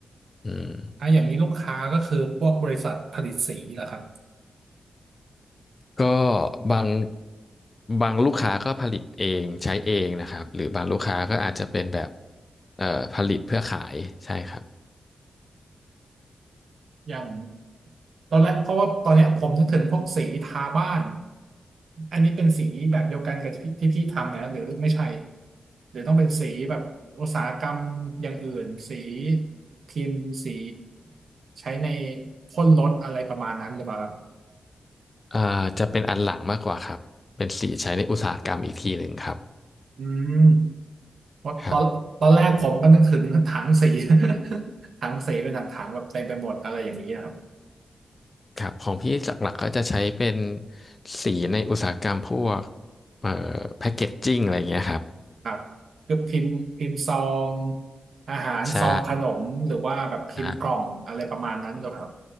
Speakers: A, on the left; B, on the right.
A: อืม
B: อ่ะอย่างนี้ลูกค้าก็คือพวกบริษัทผลิตสีเหรอครับ
A: ก็บางบางลูกค้าก็ผลิตเองใช้เองนะครับหรือบางลูกค้าก็อาจจะเป็นแบบเอ่อผลิตเพื่อขายใช่ครับ
B: อย่าง ตอนแรกเพราะว่าตอนเนี้ยผมนึกถึงพวกสีทาบ้าน อันนี้เป็นสีแบบเดียวกันกับที่ที่พี่ทำเนี่ยหรือไม่ใช่หรือต้องเป็นสีแบบอุตสาหกรรมอย่างอื่นสีพิมพ์สีใช้ในพ่นรถอะไรประมาณนั้นหรือเปล่าครับ
A: อ่าจะเป็นอันหลังมากกว่าครับเป็นสีใช้ในอุตสาหกรรมอีกทีหนึ่งครับ
B: อืมเพราะตอนตอนแรกผมก็นึกถึงถังสี
A: ครับ
B: <laughs> ถังสีเป็นถังๆแบบเต็มไปหมดอะไรอย่างนี้ครับ
A: ครับของพี่หลักๆก็จะใช้เป็นสีในอุตสาหกรรมพวกเอ่อแพคกเกจจิ้งอะไรอย่างเงี้ยครับ
B: ครับคือพิมพ์พิมพ์ซองอาหารซองขนมหรือว่าแบบพิมพ์กล่องอะไรประมาณนั้นเหรอครับ
A: ใช่ใช่